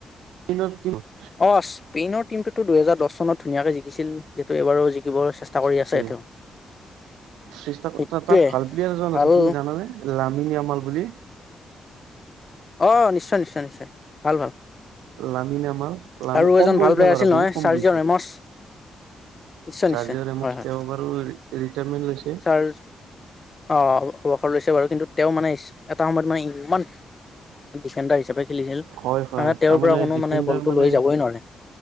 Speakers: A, on the right; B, on the left.
A: ইনত কিন্তু।
B: অ স্পেইনৰ টিম টোতো দুহেজাৰ দহ। পশ্নত ধুনীয়াকৈ জিকিছিল। যিহেটো এইবাৰো জিকিব চেষ্টা
A: জিকিছে
B: কৰি আছে তেওঁ
A: চেষ্টা
B: সেইটোৱে
A: তাত ভাল প্লেয়াৰ এজন
B: ভাল।
A: আছে তুমি জানানে লামিনী আমাল বুলি।
B: অ নিশ্চয়- নিশ্চয় -নিশ্চয় ভাল- ভাল। আৰু
A: লামিন আমাল লামি কম
B: এজন
A: বয়সীয়া
B: ভাল প্লেয়াৰ
A: ল'ৰা
B: আছিল নহয়
A: বহুত কম
B: চাৰিজন
A: বয়সীয়া
B: ৰেমচ নিশ্চয় -নিশ্চয়
A: চাৰ্জিঅ ৰেমচ
B: হয়- হয়
A: তেওঁ বাৰু ৰিটায়াৰমেন্ট লৈছে
B: চাৰ অ অৱসৰ লৈছে বাৰু কিন্তু তেওঁ মানে এটা সময়ত মানে ইমান। চেন্টাৰ হিচাপে খেলিছিল
A: হয় হয়
B: মানে তেওঁৰ
A: তাৰমানে
B: পৰা কোনো
A: ডিফেণ্ডাৰ
B: বলটো
A: মানে
B: লৈ যাবই নোৱাৰে